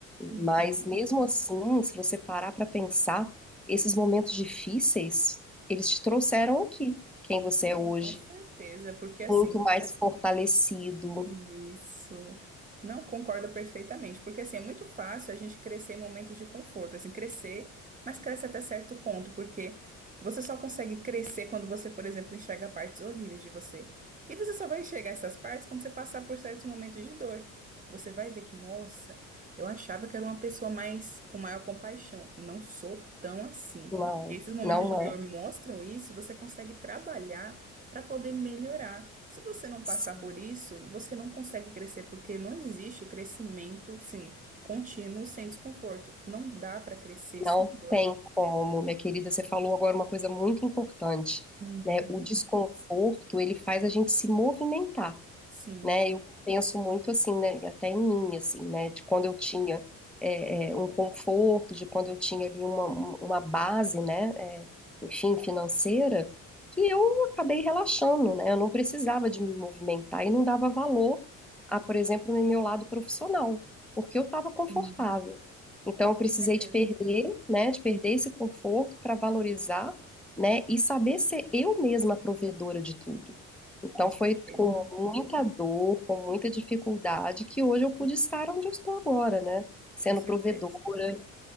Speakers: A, on the right; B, in the centre.
A: Uhum.
B: Mas mesmo assim, se você parar para pensar, esses momentos difíceis, eles te trouxeram aqui, quem você
A: Não,
B: é hoje,
A: com certeza, porque assim.
B: muito mais fortalecido.
A: Isso. Não concordo perfeitamente, porque assim, é muito fácil a gente crescer em momentos de conforto, assim, crescer, mas cresce até certo ponto, porque você só consegue crescer quando você, por exemplo, enxerga partes horríveis de você. E você só vai enxergar essas partes quando você passar por certos momentos de dor. Você vai ver que, nossa, eu achava que era uma pessoa mais com maior compaixão. Não sou tão assim.
B: Não,
A: E esses momentos
B: não
A: de dor
B: é.
A: mostram isso, e você consegue trabalhar para poder melhorar. Se você não passar
B: assim.
A: por isso, você não consegue crescer, porque não existe crescimento, sim, contínuo sem desconforto. Não dá para crescer
B: Não
A: sem dor.
B: tem como, minha querida. Você falou agora uma coisa muito importante,
A: Uhum.
B: né? O desconforto, ele faz a gente se movimentar
A: Sim,
B: né? Eu penso muito assim, né? e Até em mim, assim, né? De quando eu tinha é, é, um conforto, de quando eu tinha ali uma, um, uma base, né? é, enfim, financeira, que eu acabei relaxando, né? Eu não precisava de me movimentar e não dava valor a, por exemplo, no meu lado profissional, porque eu estava confortável.
A: Sim.
B: Então, eu precisei
A: com certeza.
B: de perder, né? De perder esse conforto para valorizar, né? E saber ser eu mesma a provedora de tudo. Então
A: Com certeza,
B: foi com muita dor, com muita dificuldade que hoje eu pude estar onde eu estou agora, né? Sendo
A: com certeza.
B: provedora.